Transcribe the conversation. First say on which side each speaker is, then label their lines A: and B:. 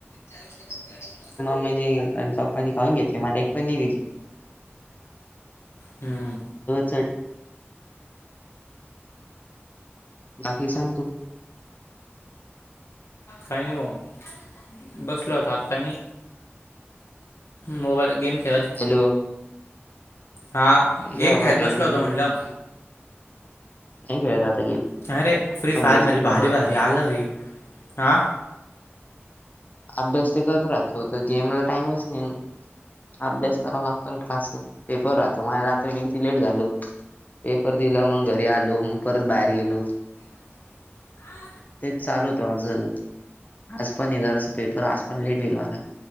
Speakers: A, on the left; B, on the left.
A: त्यादिवशी तुझ्या समोर.
B: <unintelligible> त्याणी खाऊन घेतली मला एक पण दिली
A: हम्म
B: च बाकी सांग तू
A: काहिनी बमं बसला होतो आत्ता मी मोबाईल गेम खेळत.
B: हॅलो
A: हा
B: हॅलो
A: गेम खेळत
B: आग गे
A: बसलो
B: मी
A: होतो म्हणलं
B: नाहीे खेळत आता गेम
A: काय रे फ्री
B: अभ्यास
A: फायर मध्ये
B: ते चालू
A: भारी
B: राहतो
A: भारी आलं होई हां.
B: अभ्यास ते करत राहतो तर जेमला टाइमच नाही. अभ्यास करावा लागतो ना क्लास पेपर राहत माझ रात्री मी किती लेट झालो. पेपर दिला मग घरी आलो मग परत बाहेर गेलो.
A: <inaudible>
B: तेच चालू होतं माझ आज पण येजाल सकाळी पेपर आज पण लेट होईल माझं.